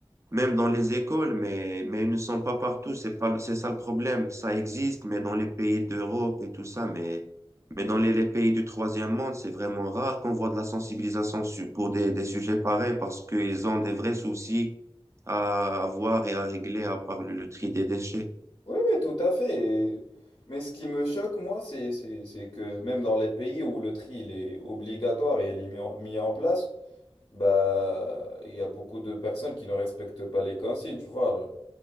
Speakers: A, on the right (about 30°); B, on the left (about 55°).
A: même dans les écoles, mais, mais ils ne sont pas partout. C'est pas, c'est ça le problème. Ça existe, mais dans les pays d'Europe et tout ça, mais, mais dans les, les pays du troisième monde, c'est vraiment rare qu'on voit de la sensibilisation sur- pour des, des sujets pareils parce qu'ils ont des vrais soucis à avoir et à régler à part le le tri des déchets.
B: Oui, oui, tout à fait. Et- Mais ce qui me choque, moi, c'est, c'est, c'est que même dans les pays où le tri il est obligatoire et il est mis en, mis en place, bah, il y a beaucoup de personnes qui ne respectent pas les consignes, tu vois.